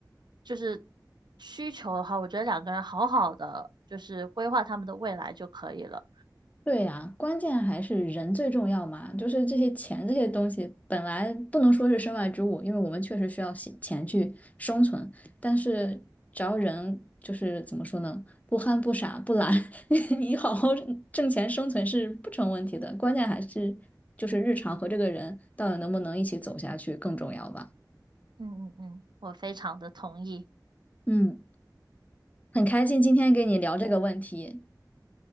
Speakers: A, on the right; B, on the left.
A: 就是需求的话，我觉得两个人好好的就是规划他们的未来就可以了。
B: 对呀，关键还是人最重要嘛，就是这些钱这些东西本来不能说是身外之物，因为我们确实需要钱钱去生存，但是只要人就是怎么说呢，不憨不傻不懒，<laughs> 你好好挣钱生存是不成问题的，关键还是就是日常和这个人到底能不能一起走下去更重要吧。
A: 嗯嗯嗯，我非常的同意。
B: 嗯，很开心今天跟你聊这个问题。